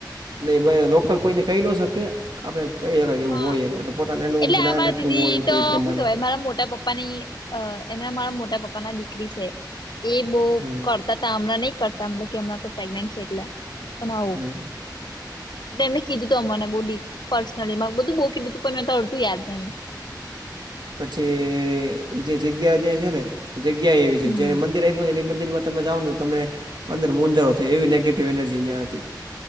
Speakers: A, on the right; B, on the left.
A: નહીં લોકલ કોઈને કહી ન શકે. આપણે કહી શકાય કે
B: હા,
A: એવું હોય એમ એટલે પોતાને એનું
B: એટલે
A: જ્ઞાન
B: આરા
A: એટલું
B: દીદી
A: હોય કે
B: તો
A: એ પ્રમાણે
B: શું કેવાય? મારા મોટા પપ્પા ની. અ એના મારા મોટા પપ્પા ના દીકરી છે, એ બહુ
A: હમ
B: કરતા શામળા નહી કરતા, મ કે હમણાં તો પ્રેગ્નેન્ટ છે એટલે, પણ આવું.
A: હમ
B: તેમને કીધું તું અમને બહુ ડી, પર્સનલી બહુ બધું બો કીધુંતું, પણ મેં અડધું યાદ નહીં.
A: પછી એ જે જગ્યા જે છે ને, એ જગ્યા એવી છે,
B: હમ
A: જ્યારે મંદિર આપ્યું એ ને મંદિરમાં તમે જાઓને તો તમને અંદર મૂંઝારો થાય, એવી નેગેટિવ એનર્જી અહીંયા હતી.